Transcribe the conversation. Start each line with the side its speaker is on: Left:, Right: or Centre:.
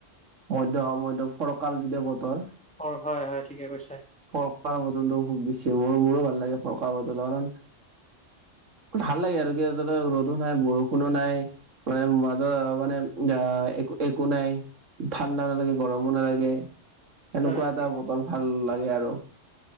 Right: মধ্য মধ্যয় ফৰকাল যেতিয়া বতৰ
Centre: অ হয় হয় ঠিকে কৈছে।
Right: ফৰকাৰ বতৰটো খুব বেছি মোৰ মোৰো ভাল লাগে ফৰকাৰ বতৰটো কাৰণ ভাল লাগে আৰু কি ত ৰ'দো নাই বৰষুণো নাই মানে মাজৰ মানে অ এক একো নাই। ঠাণ্ডাও নালাগে গৰমো নালাগে সেনেকুৱা
Centre: হয়
Right: এটা
Centre: ঠিক
Right: বতৰ ভাল লাগে আৰু।